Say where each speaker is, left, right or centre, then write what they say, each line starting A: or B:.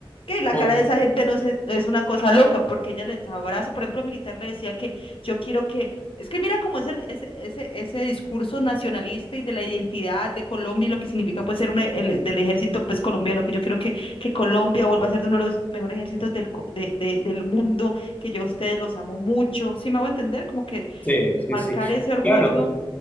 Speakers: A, on the left (about 70°); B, on the left (about 15°).
A: Que la
B: O-
A: cara de esa gente no se- es una cosa loca, porque ella les abraza. Por ejemplo, el militar le decía que yo quiero que es que mira cómo es el- ese, ese, ese discurso nacionalista y de la identidad de Colombia y lo que significa pues ser un, e- el- del ejército pues colombiano, que yo quiero que, que Colombia vuelva a ser de uno de los mejores ejércitos del, co- de- de- del mundo, que yo a ustedes los amo mucho. ¿Sí me hago entender? Como que
B: sí, sí,
A: marcar
B: sí.
A: ese orgullo.
B: Claro.